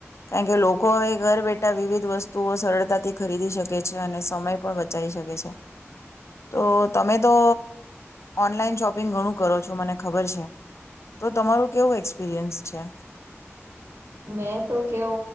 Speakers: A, on the left (about 70°); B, on the right (about 65°).
A: કારણ કે લોકો હવે ઘર બેઠા વિવિધ વસ્તુઓ સરળતાથી ખરીદી શકે છે. અને સમય પણ બચાવી શકે છે. તો તમે તો ઓનલાઈન શોપ પિંગ ઘણું કરો છો મને ખબર છે. તો તમારું કેવું એક્પિરયન્સ છે?
B: મેં તો કેવ